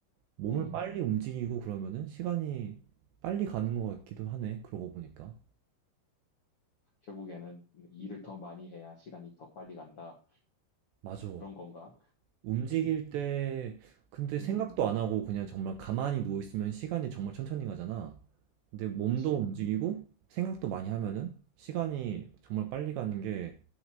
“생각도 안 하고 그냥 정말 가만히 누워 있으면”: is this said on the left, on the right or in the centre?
Right